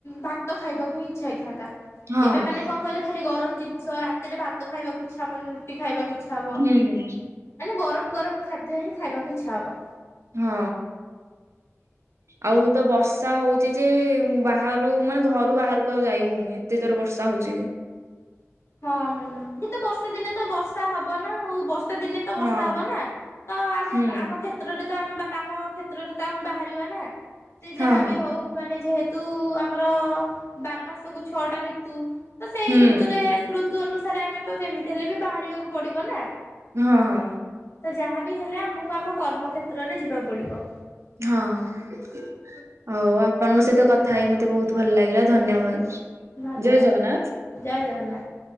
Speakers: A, on the left; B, on the right.
A: ଭାତ ଖାଇବାକୁ ହିଁ ଇଚ୍ଛା ହେଇଥାନ୍ତା।
B: ହଁ
A: ଏବେ ମାନେ କଣ କହିଲେ ଖାଲି ଗରମ ଜିନିଷ ରାତିରେ ଭାତ ଖାଇବାକୁ ଇଚ୍ଛା ମାନେ ରୁଟି ଖାଇବାକୁ ଇଛା ହବ ମାନେ
B: ହୁଁ
A: ଗରମ ଗରମ ଖାଦ୍ୟ ହିଁ ଖାଇବାକୁ ଇଚ୍ଛା ହବ।
B: ହଁ। ଆଉ ତ ବର୍ଷା ହଉଛି ଯେ ବାହାରୁ ମାନେ ଘରୁ ବାହାରକୁ ଆଉ ଯାଇ ହଉନି। କେତେ ଜୋର ବର୍ଷା ହଉଚ।
A: ହଁ ମ୍ୟାଡ଼ାମ, କିନ୍ତୁ ବର୍ଷା ଦିନେ ତ ବର୍ଷା ହବ ନା ଆଉ ବଷ ତେ ଦିନେ ତ
B: ହଁ
A: ବର୍ଷା ହବ ନା ତ ଆମ
B: ହୁଁ
A: ଆମ କ୍ଷେତ୍ରରେ ତ ଆମେ ବା କାମ କ୍ଷେତ୍ରରେ ତ ଆମେ ବାହାରିବା ନା? ସେ ଯାହାବି
B: ହଁ ହଁ।
A: ହଉ ମାନେ ଯେହେତୁ ଋତୁ ଆମର ବାର ମାସକୁ ଛଅଟା ଋତୁ ତ ସେଇ
B: ହୁଁ
A: ଋତୁରେ ଋତୁ ଅନୁସାରେ ଆମେ ତ ଯେମିତି ହେଲେ ବି ବାହାରିବାକୁ ପଡିବ ନା?
B: ହଁ ହଁ।
A: ତ ଯାହା ବିି ହେଲେ ଆମକୁ ଆମ କର୍ମ କ୍େତ୍ରରେ ଯିବାକୁ ପଡିବ।
B: ହଁ ହଁ। ହଉ ଆପଣଙ୍କ ସହିତ କଥା ହେଇ ମତେ ବହୁତ ଭଲ ଲାଗିଲା ଧନ୍ୟବାଦ।
A: ଧନ୍ୟବାଦ
B: ଜୟ ଜଗନ୍ନାଥ।
A: ଜୟ ଜଗନ୍ନାଥ।